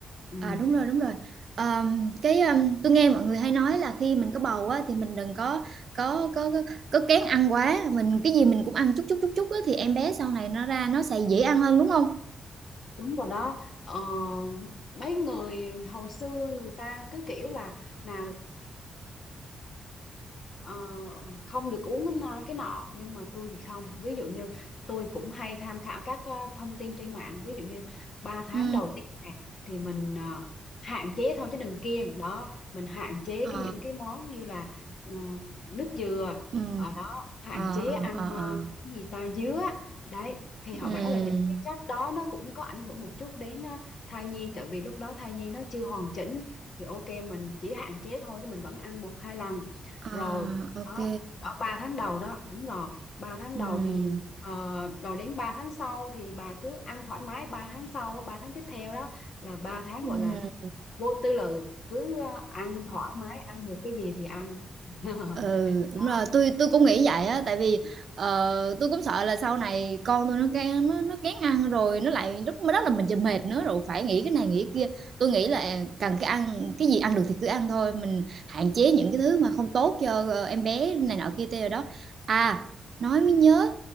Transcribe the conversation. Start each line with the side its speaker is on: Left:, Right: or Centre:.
Left: ừ.
Right: à đúng rồi đúng rồi. Ờm, cái ờm, tôi nghe mọi người hay nói là khi mình có bầu á thì mình đừng có có có có, có kén ăn quá, mình cái gì mình cũng ăn chút chút chút chút á thì em bé sau này nó ra nó sẽ dễ ăn hơn đúng không?
Left: Đúng rồi đó ờ, mấy người hồi xưa người ta cứ kiểu là nào Ờ, không được uống cái nọ cái nọ. nhưng mà tôi thì không ví dụ như tôi cũng hay tham khảo các ờ, thông tin trên mạng ví dụ như ba tháng
Right: Ừ.
Left: đầu tiên này thì mình ờ, hạn chế thôi chứ đừng kiêng đó mình hạn chế
Right: Ờ.
Left: cái những cái món như là ờ, nước dừa
Right: Ừ.
Left: ở đó hạn
Right: Ờ
Left: chế
Right: ờ
Left: ăn
Right: ờ.
Left: ờ,
Right: ờ.
Left: cái gì ta dứa đấy thì họ
Right: Ừ.
Left: bảo là những cái chất đó nó cũng có ảnh hưởng một chút đến ờ, thai nhi tại vì lúc đó thai nhi nó chưa hoàn chỉnh thì ok mình chỉ hạn chế thôi chứ mình vẫn ăn một hai lần
Right: À
Left: rồi
Right: ok.
Left: đó ở 3 tháng đầu đó đúng rồi ba tháng
Right: Ừ.
Left: đầu thì ờ, rồi đến 3 tháng sau thì bà cứ ăn thoải mái ba tháng sau 3 tháng tiếp theo đó là ba tháng
Right: Ừ.
Left: gọi là vô tư lự cứ ờ, ăn thoải mái ăn được cái gì thì ăn <laughs>
Right: Ừ đúng
Left: đó
Right: rồi tôi tôi cũng nghĩ vậy á tại vì ờ, tôi cũng sợ là sau này con tôi nó kén nó nó kén ăn rồi nó lại lúc đó là mìnhจะmệt nữa rồi phải nghĩ cái này nghĩ cái kia tôi nghĩ là cần cái ăn cái gì ăn được thì cứ ăn thôi mình hạn chế những cái thứ mà không tốt cho ờ, em bé này nọ kia tê rồi đó à nói mới nhớ